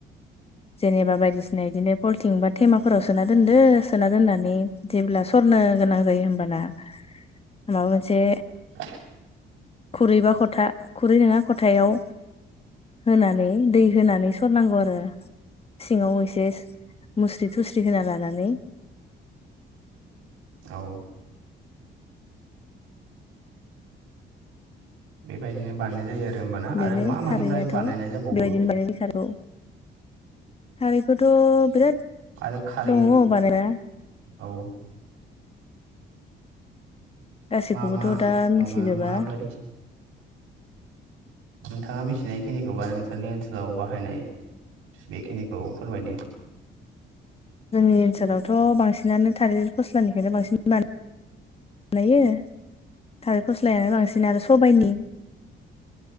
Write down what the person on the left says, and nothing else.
जेनेबा बायदिसिना बिदिनो हलथिं बा थेमाफोराव सोनादोनदो सोना दोननानै जेब्ला सरनो गोनां जायो होमबाना माबा मोनसे
खुरैबा खथा खुरै नंङा खथायाव होनानै दै होनानै सरनांगौ आरो सिंङाव एसे मुस्रि थुस्रि होना लानानै
बेनो
खारैयाथ'
बेबायदिनो बानायनाय खारैखौ खारैखौथ' बिराद
दंङ बानायना
गासैखौबोथ'
दा
मिथिजोबा
जोंनि ओनसोलावथ' बांसिनानो थालिर फस्लानिखौनो बांसिन बाना नायो थालिर फस्लायानो बांसिन आरो सबाइनि